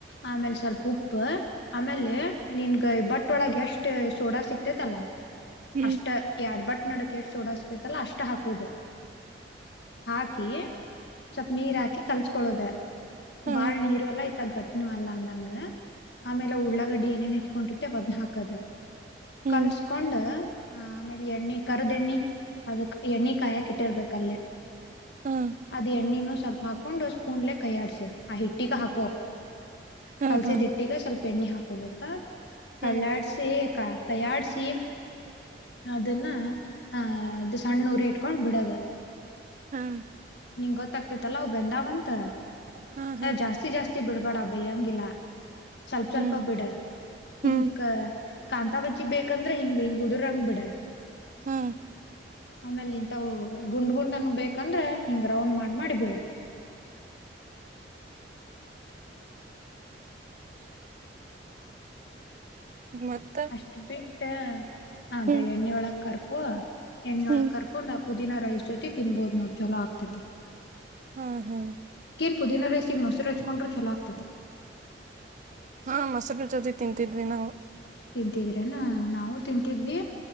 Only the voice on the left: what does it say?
ಆಮೇಲೆ ಸ್ವಲ್ಪ ಉಪ್ಪು ಆಮೇಲೆ ನಿನ್ಗ ಬಟ್ ಒಳಗೆ ಅಷ್ಟು ಸೋಡಾ ಸಿಕ್ತೇತಲ್ಲ
ಅಷ್ಟ ಎಡ್ ಬಟ್ ನಡಕಷ್ಟ ಸೋಡಸ್ತಲ್ಲ ಅಷ್ಟ ಹಾಕುದ ಹಾಕಿ ಸ್ಪ್ ನೀರ್ ಹಾಕಿ ಕಲ್ಚ್ಕೊಳ್ಳೋದ
ಬಾಳ ನೀರು ಎಲ್ಲ ಇತಗಟ್ಟ ಅಲ್ಲ ಅಂದಂಗ ಆಮೇಲೆ ಉಳ್ಳಾಗಡ್ಡಿ ಏನೇನ್ ಹೆಚ್ಕೊಂಡಿತತೆ ಒದ್ನ ಹಾಕದ
ಕಲ್ಸ್ಕೊಂಡ ಹ ಆಮೇಲೆ ಎಣ್ಣೆ ಕರದ ಎಣ್ಣಿ ಅದಕ್ ಎಣ್ಣೆ ಕಾಯಾಕಿ ಇಟ್ಟಿರ್ಬೇಕಲ್ಲೇ
ಅದ ಎಣ್ಣಿನ ಸ್ವಲ್ಪ ಹಾಕೊಂಡ್ ಸ್ಪೂನ್ಲೆ ಕೈಯಡ್ಸ ಆ ಹಿಟ್ಟಗ ಹಾಕೋ
ಕಲ್ಸಿದ್
ಹಿಟ್ಟಗ ಸ್ವಲ್ಪ ಎಣ್ಣೆ ಹಾಕೋಬೇಕಕ್
ಕಳ್ಳಾಡ್ಸಿ ಕಯಾರ್ಚಿ ಅನ್ನ ಹಾ ಇದು ಸಣ್ಣ ಉರಿ ಇಟ್ಕೊಂಡ್ ಬಿಡದ
ನಿಂ ಗೊತ್ತಾಗ್ತಿತ್ತಲ್ಲ ಅವು ಬೆಂದಾವ ಅಂತ
ಅ ಜಾಸ್ತಿ ಜಾಸ್ತಿ ಬಿಡ್ಬೇಡ ಭಯ್ಯಂಗಿಲ್ಲ ಸ್ವಲ್ಪ ಸ್ವಲ್ಪ
ಬಿಡ
ಹಿಂಕ ಕಾಂತಾ ಬಜ್ಜಿ ಬೇಕಂದ್ರೆ ಹಿಂಗ ಹಿಂಗ ಉದ್ರಂಗ್ ಬಿಡ
ಆಮೇಲೆ ಇಂತವು ಗುಂಡ್ ಗುಂಡನು ಬೇಕಂದ್ರೆ ಹಿಂಗ್ ರೌಂಡ್ ಮಾಡ್ ಮಾಡಿ ಬಿಡ
ಅಷ್ಟ್ ಬಿಟ್ಟ ಅದ
ಎಣ್ಣೆ ಒಳಕ್ ಕರ್ಕು ಹೆಣ್ಣೊಳ
ಕರ್ಕೊಂಡ್ ಆ ಪುದಿನ ರೈಸ್ ಜೊತೆ ತಿನ್ಬೋದು ನೋಡ್ ಚಲೋ ಆಗ್ತತಿ
ಪುದೀನ ರೈಸಿಗೆ ಮೊರುಚ್ಡರು ಚೊಲಕ್
ತಿಂತಿದ್ರೇನಾ ನಾವು ತಿಂತಿದ್ವಿ